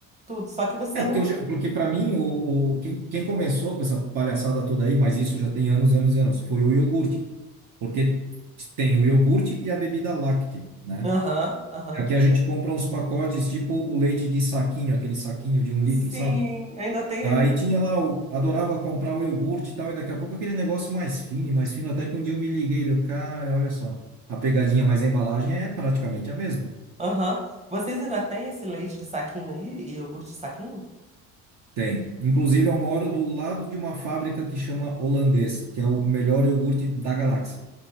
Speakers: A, on the right; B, on the right.
A: tudo. Só que você
B: É, porque,
A: não.
B: eu já- porque para mim, o, o, quem, quem começou com essa palhaçada toda aí, mas isso já tem anos e anos e anos, foi o iogurte. Porque tem o iogurte e a bebida láctea, né?
A: Aham, aham.
B: Aqui a gente compra uns pacotes tipo o leite de saquinho, aquele saquinho de um
A: Sim,
B: litro, sabe?
A: ainda tem
B: Daí
A: aí?
B: tinha lá, o, adorava comprar o iogurte e tal, e daqui a pouco aquele negócio mais fino, e mais fino, até que um dia eu me liguei, deu, cara, olha só, a pegadinha, mas a embalagem é praticamente a mesma.
A: Aham. Vocês ainda têm esse leite de saquinho aí? E iogurte de saquinho?
B: Tem. Inclusive, eu moro do lado de uma fábrica que chama Holandês, que é o melhor iogurte da galáxia.